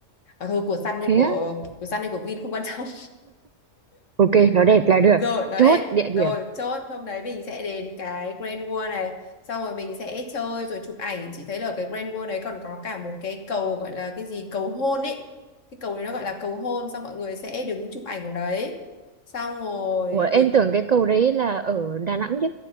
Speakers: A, on the left; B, on the right.
A: À, thôi của Sun hay
B: thế
A: của
B: á
A: của Sun hay của Vin không quan trọng.
B: ok nó đẹp
A: <laughs>
B: là được
A: Rồi, nó
B: chốt
A: đẹp.
B: địa điểm
A: Rồi, chốt hôm đấy mình sẽ đến cái Grand World này, xong rồi mình sẽ chơi rồi chụp ảnh. Chị thấy là ở cái Grand World đấy còn có cả một cái cầu gọi là cái gì cầu hôn ấy. Cái cầu đấy nó gọi là cầu hôn, xong mọi người sẽ đứng chụp ảnh ở đấy. Xong rồi
B: Ủa em
A: buổi
B: tưởng cái cầu đấy là ở Đà Nẵng chứ